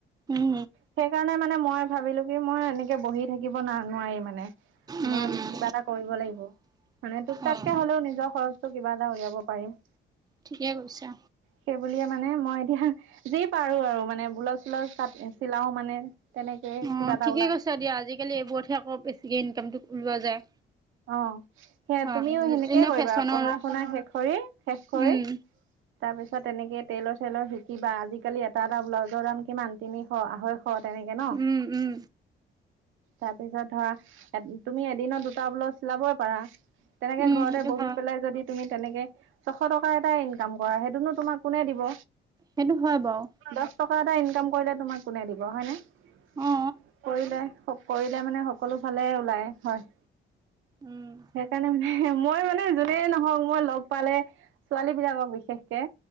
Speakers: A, on the right (about 20°); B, on the right (about 80°).
A: উম
B: সেই কাৰণে মানে মই ভাবিলো কি মই এনেকে বহি থাকিব ন নোৱাৰিম। মই
A: উম উম
B: কিবা এটা কৰিব লাগিব মানে তোক তাককে
A: অ',
B: হ'লেও নিজৰ খৰচটো কিবা উলিয়াব পাৰিম।
A: ঠিকে কৈছা।
B: সেই বুলিয়ে মানে মই এতিয়া যি পাৰো আৰু মানে ব্লাউজ চালাউজ কাট চিলাও মানে তেনেকে
A: অ
B: কিবা এটা
A: ঠিকে
B: ওলাই
A: কৈছে দিয়া আজিকালি এইবোৰতহে আকৌ বেছিকে ইনকামতটো ওলোৱা যায়
B: অ সেয়া
A: হয়
B: তুমিও সেনেকে
A: এনে
B: কৰিবা
A: ফেশ্বনৰ
B: পঢ়া শুনা শেষ শেষ কৰি।
A: উম
B: তাৰপিছত তেনেকে তেলৰ চলৰ শিকিবা আজিকালি এটা এটা ব্লাউজৰ দাম কিমান তিনিশ আঢৈশ খ তেনেকে ন
A: উম উম
B: তাৰপিছত ধৰা তুমি এদিনত দুটা ব্লাউজ চিলাবই পাৰা তেনেকে
A: উম
B: ঘৰতে
A: সেইটো
B: বহি
A: হয়
B: পেলাই যদি তুমি তেনেকে ছশ টকাৰ এটা ইনকাম কৰা সেইটোনো তোমাক কোনে দিব
A: সেইটো হয় বাৰু।
B: দহ টকা এটা ইনকাম কৰিলে তোমাক কোনে দিব হয় ন
A: অ
B: কৰিলে কৰিলে মানে সকলো ফালে ওলায় হয়
A: উম
B: সেইকাৰণে মানে মই মানে যোনে নহওক মই লগ পালে ছোৱালী বিলাকক বিশেষকে